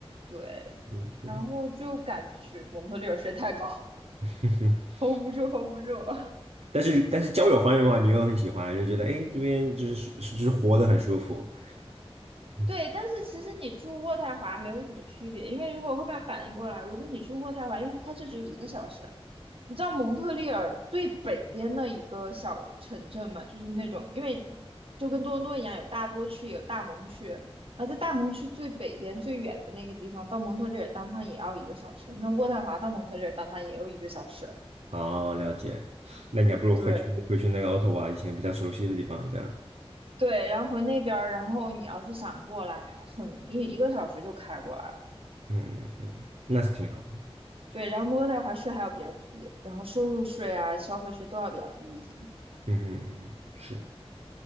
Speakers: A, on the right (about 60°); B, on the right (about 85°).
A: 对，
B: 嗯嗯，
A: 然后就赶去蒙特利尔睡太高
B: <laughs>
A: ，hold 不住，hold 不住。<laughs>
B: 但是但是交友方面的话，你又很喜欢，就觉得哎，诶这边就是就是活得很舒服。嗯，
A: 对，但是其实你住渥太华没有什么区别，因为如果后面反应过来，如果你住渥太华，因为它开车只有一个小时，你知道蒙特利尔最北边的一个小城镇嘛，就是那种，因为就跟多伦多一样，有大多区，也有大蒙区。然后在大蒙区最北边最远的那个地方，到蒙特利尔当趟也要一个小时。那渥太华到蒙特利尔当趟也要一个小时。
B: 哦，了解。那你还不如回去回去那个
A: 对
B: Ottawa 以前比较熟悉的地方，这样。
A: 对，然后回那边儿，然后你要是想过来，还很容易，一个小时就开过来了。
B: 嗯嗯，嗯那是挺好。
A: 对，然后渥太华税还要比较低，然后收入税啊、消费税都要比较低一些。
B: 嗯哼嗯哼，是。